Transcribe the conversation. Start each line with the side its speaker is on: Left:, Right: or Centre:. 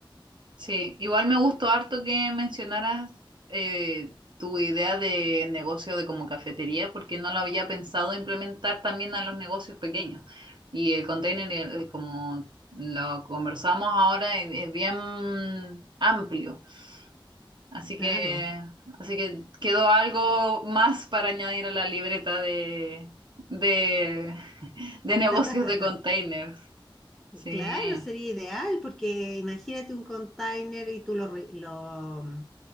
Right: Sí, igual me gustó harto que mencionaras eh, tu idea de negocio de como cafetería, porque no lo había pensado implementar también a los negocios pequeños. Y el container, eh, como lo conversamos ahora, es, es bien amplio. Así que,
Centre: Claro.
Right: así que quedó algo más para añadir a la libreta de, de, <laughs> de negocios
Centre: <laughs>
Right: de containers. Sí,
Centre: Claro, sería ideal, porque imagínate un container y tú lo, re- lo,